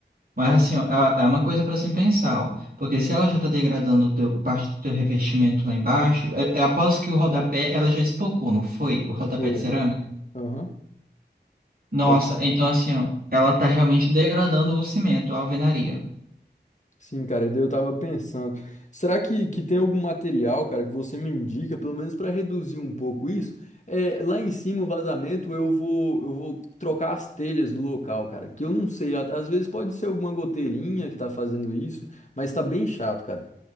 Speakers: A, on the right; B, on the left.
A: Mas assim, ó, é é uma coisa para se pensar, ó. Porque se ela já tá degradando o teu, parte do teu revestimento lá embaixo, é, é após que o rodapé, ela já espocou, não foi? O rodapé
B: Foi.
A: de cerâmica.
B: Aham.
A: Nossa,
B: Tá
A: então assim, ó, ela tá realmente degradando o cimento, a alvenaria.
B: Sim, cara, e daí eu tava pensando, será que, que tem algum material, cara, que você me indica, pelo menos para reduzir um pouco isso? É, lá em cima, o vazamento, eu vou eu vou trocar as telhas do local, cara, que eu não sei, a- às vezes pode ser alguma goteirinha que tá fazendo isso, mas tá bem chato, cara.